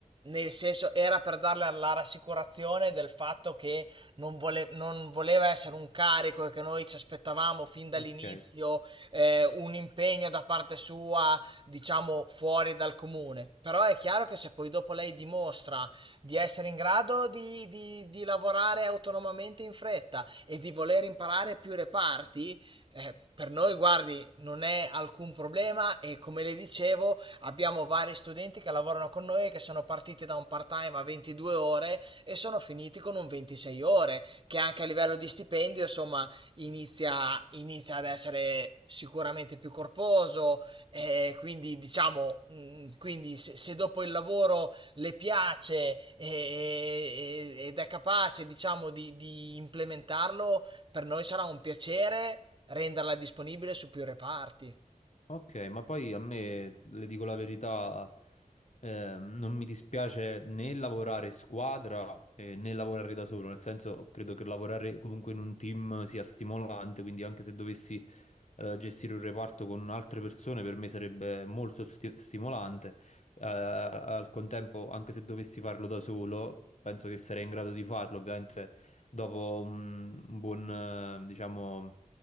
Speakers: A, on the right (about 35°); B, on the left (about 55°).
A: Nel senso, era per darle la rassicurazione del fatto che non, vole- non voleva essere un carico e che noi ci aspettavamo fin dall'inizio
B: Ok.
A: eh, un impegno da parte sua, diciamo, fuori dal comune. Però è chiaro che se poi dopo lei dimostra di essere in grado di, di- di lavorare autonomamente in fretta e di voler imparare più reparti, eh, per noi, guardi, non è alcun problema e come le dicevo, abbiamo vari studenti che lavorano con noi e che sono partiti da un part-time a 22 ore e sono finiti con un 26 ore, che anche a livello di stipendio, insomma, inizia, inizia ad essere sicuramente più corposo. eh, quindi, diciamo, mh, quindi se, se dopo il lavoro le piace e- e- ed è capace, diciamo, di, di implementarlo, per noi sarà un piacere renderla disponibile su più reparti.
B: Ok, ma poi a me, le dico la verità, eh, non mi dispiace né lavorare in squadra eh, né lavorare da solo, nel senso credo che lavorare comunque in un team sia stimolante, quindi anche se dovessi eh, gestire un reparto con altre persone per me sarebbe molto sti- stimolante, Eh, al contempo anche se dovessi farlo da solo, penso che sarei in grado di farlo, ovviamente dopo un, un buon, eh, diciamo...